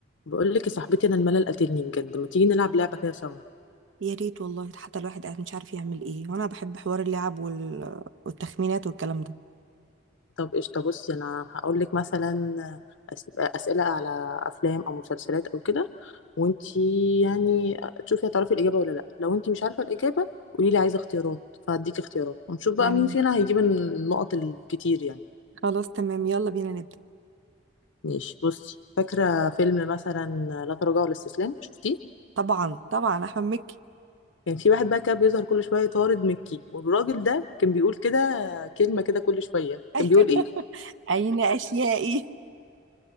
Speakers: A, on the left (about 85°); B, on the right (about 70°).
A: بقول لك يا صاحبتي انا الملل قاتلني بجد ما تيجي نلعب لعبه كده سوا
B: يا ريت والله حتى الواحد قاعد مش عارف يعمل ايه وانا بحب حوار اللعب وال... والتخمينات والكلام ده
A: طب قشطه بصي انا هقول لك مثلا أس- اسئله على افلام او مسلسلات او كده وانتي يعني تشوفي هتعرفي الاجابه ولا لا لو انتي مش عارفه الاجابه قولي لي عايزه اختيارات فهديكي اختيارات ونشوف بقى
B: تمام
A: مين فينا هيجيب النقط الكتير يعني
B: خلاص تمام يلا بينا نبدأ
A: ماشي بصي فاكره فيلم مثلا لا تراجع ولا استسلام شفتيه
B: طبعا طبعا احمد مكي
A: كان في واحد بقى كان بيظهر كل شويه طارد مكي والراجل ده كان بيقول كده كلمه كده كل شويه
B: ايوه
A: كان بيقول ايه
B: <laughs> اين اشيائي